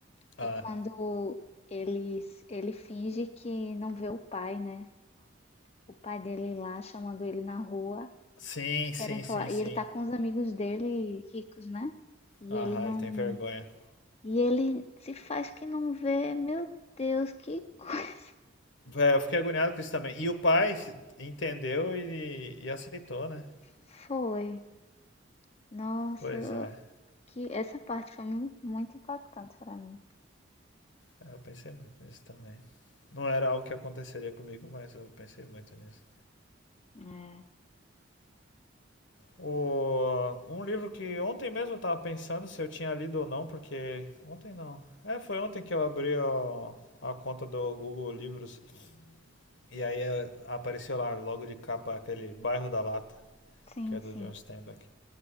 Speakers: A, on the left (about 70°); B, on the left (about 35°).
A: Ah,
B: É quando ele, ele finge que não vê o pai, né? O pai dele lá chamando ele na rua,
A: sim, sim,
B: querendo
A: sim,
B: falar. E
A: sim.
B: ele tá com os amigos dele ricos, né? E
A: Aham,
B: ele não.
A: ele tem vergonha.
B: E ele se faz que não vê. Meu Deus, que coisa
A: É, eu fiquei agoniado com isso também. E o pai se- entendeu e, e aceitou, né?
B: <laughs> foi. Nossa,
A: Pois
B: eu-
A: é,
B: que essa parte foi mu- muito impactante pra mim.
A: É, eu pensei muito nisso também. Não era algo que aconteceria comigo, mas eu pensei muito nisso.
B: É.
A: O, um livro que ontem mesmo eu tava pensando se eu tinha lido ou não, porque. Ontem não. É, foi ontem que eu abri a, a conta do Google Livros. E aí é, apareceu lá, logo de capa, aquele Bairro da Lata,
B: Sim,
A: que é
B: sim.
A: do John Steinbeck.